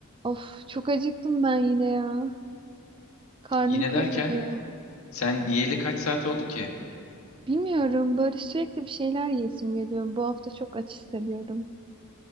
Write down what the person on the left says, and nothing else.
Yine
derken sen yiyeli kaç saat oldu ki?